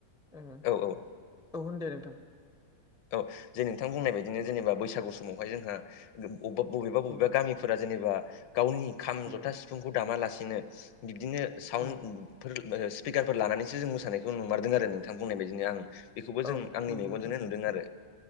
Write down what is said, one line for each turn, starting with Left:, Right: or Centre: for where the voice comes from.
Centre: ओ
Left: औ औ
Centre: औ होन दे नोंथां।
Left: औ जे नोंथां बुंनाय बायदिनो जेनेबा बैसागु समावहाय जोंहा गोब अब बबेबा-बबेबा
Centre: उम
Left: गामि फोरा जेनेबा गावनि खाम
Centre: उम
Left: जथा सिफुंखौ दामालासिनो बिदिनो साउड
Centre: उम
Left: फोर ओ स्पिकारफोर लानानैसो जों मोसानायखौ नुमारदों आरो नोंथां बुंनाय बायदिनो आं। बेखौबो जों
Centre: औ
Left: आंनि
Centre: नंगौ
Left: मेगनजोंनो
Centre: नोंथां
Left: नुदों आरो